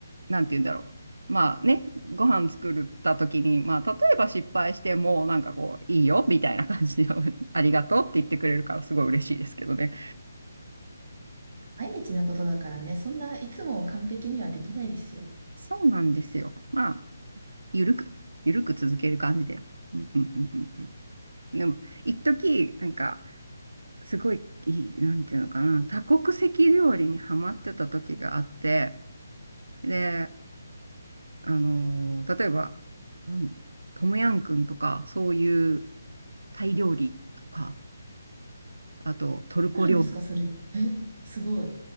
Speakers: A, on the right; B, on the right.
A: う、なんて言うんだろう。まあね、ご飯作った時に、まあ例えば失敗しても、なんかこう、いいよみたいな感じで、<laughs> ありがとうって言ってくれるからすごい嬉しいですけどね。
B: 毎日のことだからね、そんないつも完璧にはできないですよ。
A: そうなんですよ。まあ、ゆるく、ゆるく続ける感じで。うんうんうんうんうん。でも、一時なんか、すごい、いい、なんていうのかな、多国籍料理にハマってた時があって、で、あのー例えば、うんトムヤンくんとか、そういうタイ料理とか、あとトルコ料理
B: 来るんですか、それ。え、すごい。